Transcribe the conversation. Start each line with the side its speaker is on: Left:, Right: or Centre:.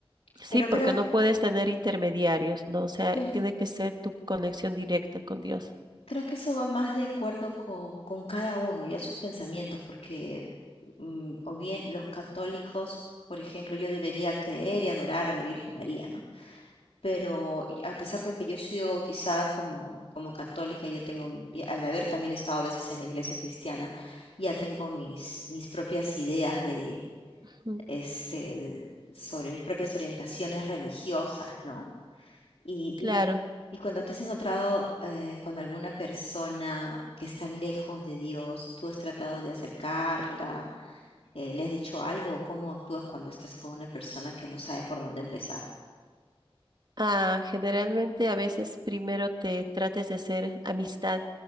Right: Sí,
Left: Pero
Right: porque
Left: creo
Right: no puedes tener intermediarios, ¿no? O sea,
Left: que,
Right: tiene que ser tu conexión directa con Dios.
Left: creo que eso va más de acuerdo co- con, cada uno y a sus pensamientos, porque mm, o bien los católicos, por ejemplo, yo debería creer y adorar a la Virgen María, ¿no? pero y a pesar de que yo he sido bautizada como, como católica, yo tengo, y al haber también estado a veces en la iglesia cristiana, ya tengo mis, mis propias ideas de,
Right: Ujú,
Left: este, de- sobre mis propias orientaciones religiosas, ¿no? Y,
Right: Claro.
Left: y, y cuando te has encontrado eh, con alguna persona que está lejos de Dios, ¿tú has tratado de acercarla? Eh, ¿le has dicho algo? ¿Cómo actúas cuando estás con una persona que no sabe por dónde empezar?
Right: Ah, generalmente a veces primero te trates de hacer amistad,